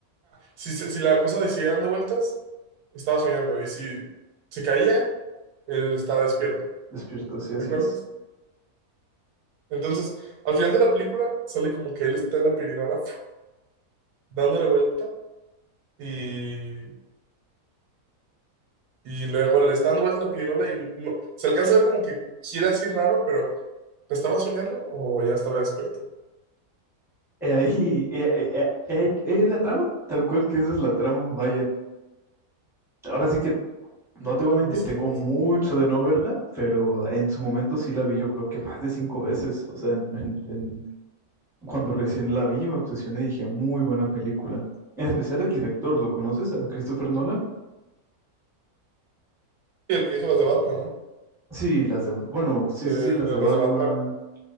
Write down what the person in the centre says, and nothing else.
despierto, sí, así
es.
He ahí, he- he- he- he ahí- he la trama, tal cual que esa es la trama, vaya. Ahora sí que no te voy a mentir,
tengo
mucho
de no verla, pero en su momento sí la vi yo creo que más de cinco veces, o sea, en, en, en Cuando recién la vi, me obsesioné y dije, muy buena película. En especial el director, ¿lo conoces? ¿A Christopher Nolan?
Sí, las de, bueno, sí,
sí, sí, las
de Batman,